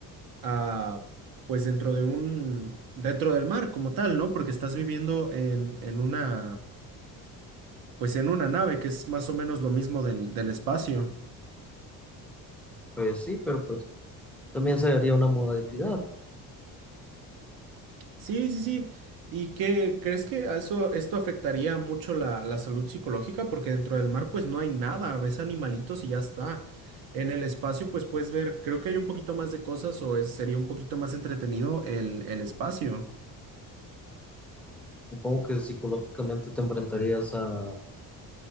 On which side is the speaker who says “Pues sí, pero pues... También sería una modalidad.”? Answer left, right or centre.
Centre